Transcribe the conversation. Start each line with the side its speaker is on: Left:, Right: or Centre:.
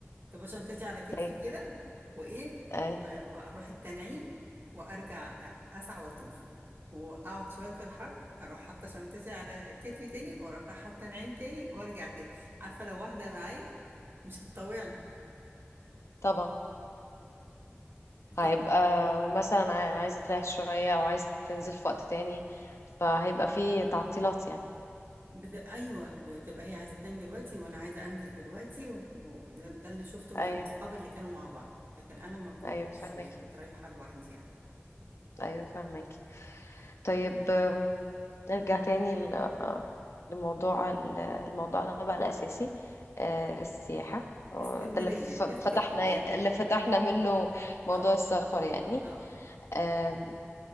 Right: تبقى شنطتي على كتفي
Left: طيب
Right: كده وايه
Left: آه،
Right: و- واروح التنعيم وارجع أ- اسعى واطوف واقعد شويه في الحرم اروح حاطه شنطتي على كتفي تاني واروح رايحه التنعيم تاني وارجع تاني عارفه لو واحده معايا مش هتطوعني
Left: طبعا
Right: بتبقى
Left: هيبقى مثلا عاي- عايزة تريح شوية أو عايزة تنزل في وقت تاني فهيبقى في تعطيلات يعني
Right: بت... ايوه بتبقى هي عايزه تنام دلوقتي وانا عايزه انزل دلوقتي وده ده اللي شفته من
Left: أيوه
Right: الاصحاب اللي كانوا مع بعض لكن انا ما كنتش
Left: أيوه فهماكي
Right: كنت رايحه لوحدي يعني
Left: أيوه فهماكي طيب آم، نرجع تاني ل- آه، لموضوع ال- الموضوعنا بقى الأساسي آه، السياحة هو
Right: اسكندريه
Left: ده اللي ف- فتحنا
Right: اسكندريه
Left: اللي فتحنا منه موضوع
Right: اه
Left: السفر يعني
Right: اه
Left: آم،